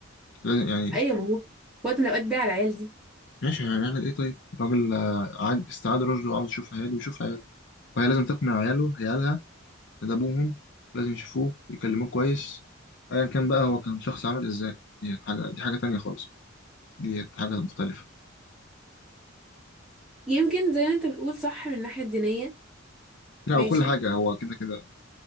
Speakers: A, on the left (about 60°); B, in the centre.
A: لازم يعني
B: ايوه ما هو في وقت من الاوقات بقى على العيال دي
A: ماشي هنعمل ايه طيب راجل آه، عاد استعاد رشده وعاوز يشوف عياله يشوف عياله وهي لازم تقنع عياله عيالها إن ده أبوهم لازم يشوفوه ويكلموه كويس أيا كان بقى هو كان شخص عامل إزاي دي حاجة دي حاجة تانية خالص دي حاجة مختلفة
B: يمكن زي ما انت بتقول صح من الناحيه الدينيه
A: لا
B: ماشي
A: وكل حاجة هو كده كده